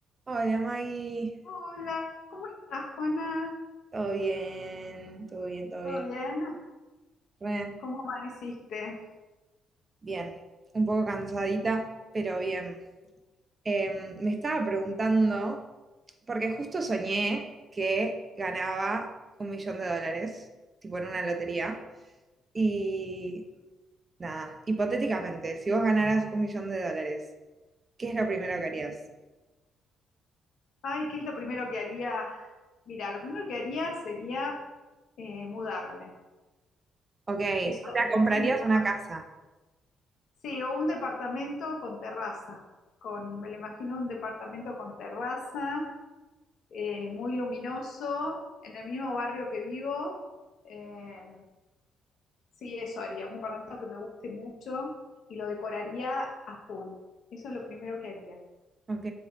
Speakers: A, on the right; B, on the left.
A: Hola Maggie,
B: Hola, ¿cómo estás, Juana?
A: todo bien, todo bien, todo
B: ¿Todo
A: bien.
B: bien?
A: Re
B: ¿Cómo amaneciste?
A: bien, un poco cansadita, pero bien. Em, me estaba preguntando, porque justo soñé que ganaba un millón de dólares, tipo en una lotería, y nada, hipotéticamente, si vos ganaras un millón de dólares, ¿qué es lo primero que harías?
B: Ay, ¿qué es lo primero que haría? Mira, lo primero que haría sería eh, mudarme.
A: Ok, o
B: Eso,
A: sea, comprarías
B: sin duda.
A: una casa.
B: Sí, o un departamento con terraza. Con, me lo imagino un departamento con terraza, eh, muy luminoso, en el mismo barrio que vivo. Eh, sí, eso haría. Un departamento que me guste mucho y lo decoraría a full. Eso es lo primero que haría.
A: Ok,